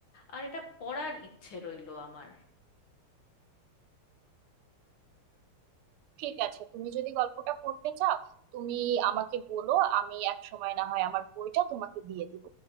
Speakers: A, on the left (about 70°); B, on the right (about 85°).
A: আর এটা পড়ার ইচ্ছে রইলো আমার
B: ঠিক আছে তুমি যদি গল্পটা পড়তে চাও তুমি আমাকে বলো আমি এক সময় না হয় আমার বইটা তোমাকে দিয়ে দিব